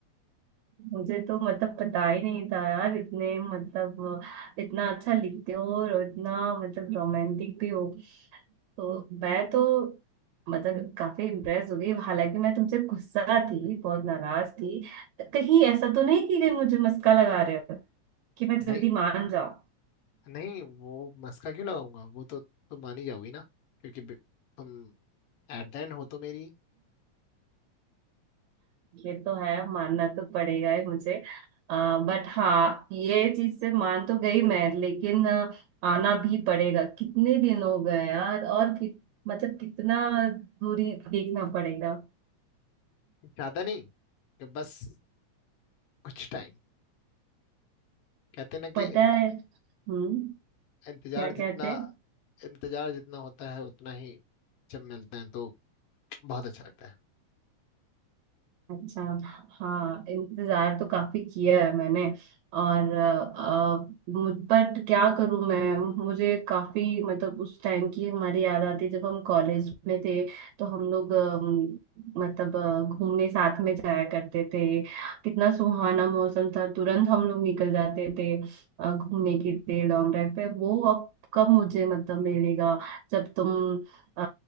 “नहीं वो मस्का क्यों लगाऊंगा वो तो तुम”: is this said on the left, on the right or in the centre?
Left